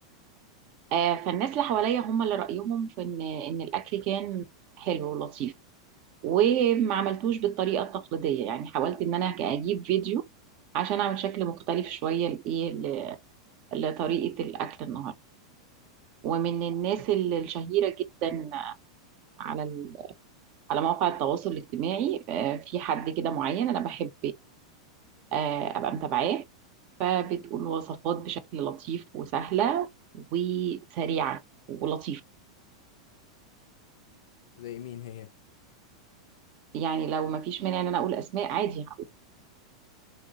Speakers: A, on the right; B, on the left.
A: آه، فالناس اللي حواليا هم اللي رأيهم في ان ان الاكل كان حلو ولطيف وما عملتوش بالطريقة التقليدية يعني حاولت ان انا اجيب فيديو عشان اعمل شكل مختلف شوية لايه ل- لطريقة الاكل النهاردة ومن الناس ال- الشهيرة جدا على ال- على مواقع التواصل الاجتماعي آه، في حد كده معين انا بحب آه، ابقى متابعاه فبتقول وصفات بشكل لطيف وسهلة وسريعة ولطيفة
B: زي مين هي
A: يعني لو ما فيش مانع ان انا اقول اسماء عادي